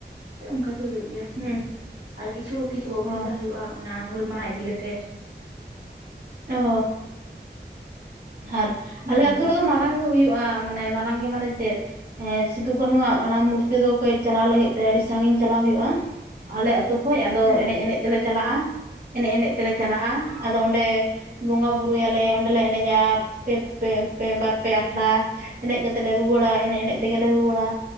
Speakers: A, on the right; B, on the right.
A: ᱚᱱᱠᱟ ᱜᱮ ᱦᱩᱭᱩᱜ ᱜᱮᱭᱟ
B: ᱦᱩᱸ
A: ᱟᱨ ᱠᱤᱪᱷᱩ ᱠᱤᱪᱷᱩ ᱵᱚᱠᱛᱤᱛᱟ
B: ᱚ
A: ᱦᱩᱭᱩᱜᱼᱟ ᱚᱱᱟ ᱦᱩᱞ ᱢᱟᱦᱟ ᱤᱫᱤ ᱠᱟᱛᱮᱫ
B: ᱚ ᱟᱨ
A: ᱦᱩᱸ
B: ᱟᱞᱮ ᱟᱹᱛᱩ ᱨᱮ ᱫᱚ ᱢᱟᱨᱟᱝ ᱜᱮ ᱦᱩᱭᱩᱜᱼᱟ ᱢᱟᱱᱮ ᱢᱟᱨᱟᱝ ᱜᱮ ᱢᱟᱱᱮ ᱪᱮᱫ ᱮᱦ ᱥᱤᱫᱩ ᱠᱟᱹᱱᱩ ᱟᱜ ᱚᱱᱟ ᱢᱩᱨᱛᱤ ᱫᱚ ᱠᱟᱹᱡ ᱪᱟᱞᱟᱣ ᱞᱟᱹᱜᱤᱫ ᱛᱮ ᱟᱹᱰᱤ ᱥᱟᱹᱜᱤᱧ ᱪᱟᱞᱟᱣ ᱦᱩᱭᱩᱜᱼᱟ ᱟᱞᱮ ᱟᱛᱩ ᱠᱷᱚᱪ ᱟᱫᱚ
A: ᱦᱮᱸ
B: ᱮᱱᱮᱡ ᱮᱱᱮᱡ ᱛᱮ ᱞᱮ ᱪᱟᱞᱟᱜᱼᱟ ᱮᱱᱮᱡ ᱮᱱᱮᱡ ᱛᱮ ᱞᱮ ᱪᱟᱞᱟᱜᱼᱟ ᱟᱫᱚ ᱚᱸᱰᱮ ᱵᱚᱸᱜᱟ ᱵᱩᱨᱩ ᱭᱟᱞᱮ ᱚᱸᱰᱮ ᱞᱮ ᱮᱱᱮᱡᱟ ᱯᱮ ᱯᱮ ᱯᱮ ᱵᱟᱨ ᱯᱮ ᱟᱠᱷᱲᱟ ᱮᱱᱮᱡ ᱠᱟᱛᱮᱫ ᱞᱮ ᱨᱩᱣᱟᱹᱲᱟ ᱮᱱᱮᱡ ᱮᱱᱮᱡ ᱛᱮ ᱜᱮ ᱞᱮ ᱨᱩᱣᱟᱹᱲᱟ